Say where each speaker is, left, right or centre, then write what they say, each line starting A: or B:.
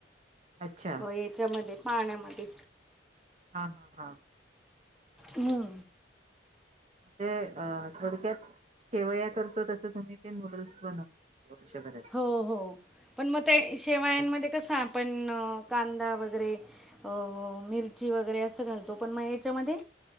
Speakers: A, on the right; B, in the centre.
A: अच्छा
B: हो याच्यामध्ये पाण्यामध्ये
A: हां हां हां
B: हं
A: म्हणजे अ थोडक्यात शेवया करतो तसं तुम्ही ते नूडल्स बनव वर्षभरात
B: हो हो पण मग ते शेवायांमध्ये
A: अच्छा
B: कस आपण कांदा वगैरे अ मिरची वगैरे असं घालत तो पण मग याच्यामध्ये